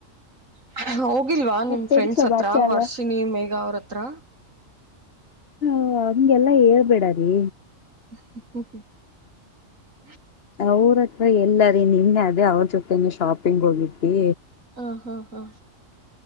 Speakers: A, on the right; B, on the left.
A: <unintelligible> <unintelligible> ಗಿಲ್ವಾ ನಿಮ್
B: ಮತ್ತೇನ್
A: ಫ್ರೆಂಡ್ಸ್
B: ಸಮಾಚಾರ
A: ಹತ್ರ, ವರ್ಷಿನಿ ಮೇಘ ಅವ್ರ <unintelligible> ತ್ರ
B: ಹ, ಹಂಗೆಲ್ಲಾ ಹೇಳ್ಬೇಡಾರೀ.
A: ಹ ಹ <unintelligible>
B: ಅವ್ರತ್ರ ಎಲ್ಲಾರಿ, ನಿನ್ನೆ ಅದೇ, ಅವ್ರ ಜೊತೆೇನೆ ಶಾಪಿಂಗ್ ಹೋಗಿದ್ವಿ
A: ಹಾ ಹಾ ಹಾ